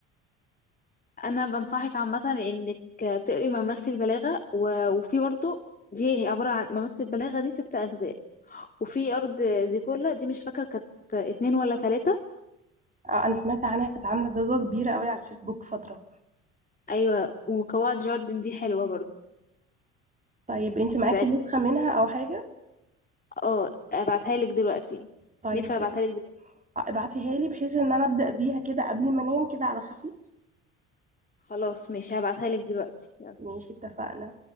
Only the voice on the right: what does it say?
آه، انا سمعت عنها كانت عامله ضجه كبيره قوي على الفيسبوك فتره
طيب انت معاكي
نسخة منها او حاجة
طيب
زي
ابعتيها لي بحيث ان انا ابدأ بيها كده قبل ما انام كده على خفيف
ماشي اتفقنا